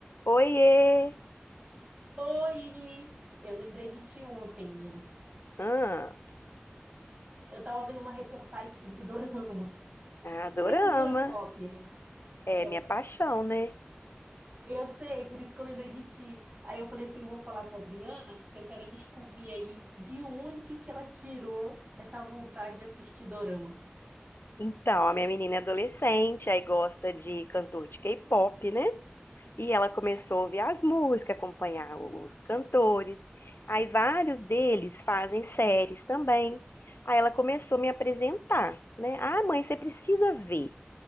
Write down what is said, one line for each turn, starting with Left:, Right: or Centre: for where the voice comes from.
Left: Oiê!
Right: Oi! Eu lembrei de ti ontem, menina.
Left: Ah,
Right: Eu tava vendo uma reportagem sobre <laughs> dorama,
Left: adorama.
Right: sobre a cultura pop, né?
Left: É
Right: É,
Left: minha paixão, né?
Right: eu sei, por isso que eu lembrei de ti. Aí eu falei assim, vou falar com a Adriana, que eu quero descobrir aí de onde que ela tirou essa vontade de assistir dorama.
Left: Então, a minha menina é adolescente, aí gosta de cantor de K-pop, né? E ela começou a ouvir as músicas, acompanhar os cantores. Aí vários deles fazem séries também. Aí ela começou a me apresentar, né? Ah, mãe, você precisa ver.